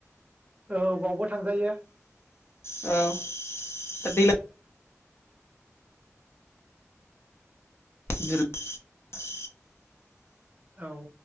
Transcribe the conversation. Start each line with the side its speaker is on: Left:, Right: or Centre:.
Right: औ बावबो थांजायो
Left: औ <unintelligible> <unintelligible>
Right: औ